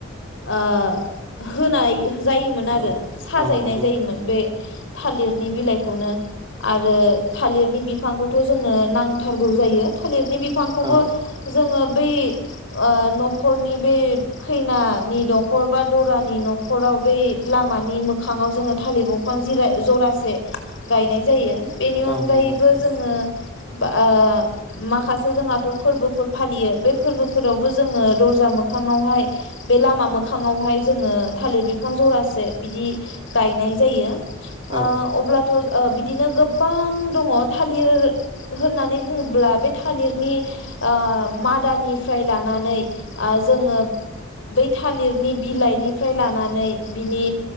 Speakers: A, on the left; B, on the right.
A: ओ होनाय जायोमोन आरो
B: औ
A: साजायनाय
B: औ नंगौ
A: जायोमोन।
B: नोंथां
A: थालिरनि बिलाइखौनो आरो थालिरनि बिफांखौथ जोंनो नांथारगौ जायो थालिर नि बिफांखौबो
B: औ
A: जोङो बै ओ नखरनि बै खैनानि नखर बा दरानि नखराव बै लामानि मोखाङाव जोङो थालिर बं फां जिरा जरासे गायनाय जायो। बेनि अनगायैबो
B: औ नंगौ नोंथां
A: जोङो ओ माखासे जोंहाथ फोरबोफोर फालियो बे फोरबोफोरावबो जोङो दरजा मोखाङावहाय बे लामा मोखाङावहाय जोङो थालिर बिफां जरासे बिदि गायनाय जायो। ओ
B: औ
A: अब्लाथ' ओ बि दिनो गोबां दङ थालिर होननानै बुङोब्ला बे थालिरनि आ मादानिफ्राय लानानै आ जोङो बै थालिरनि बिलाइनिफ्राय लानानै बिनि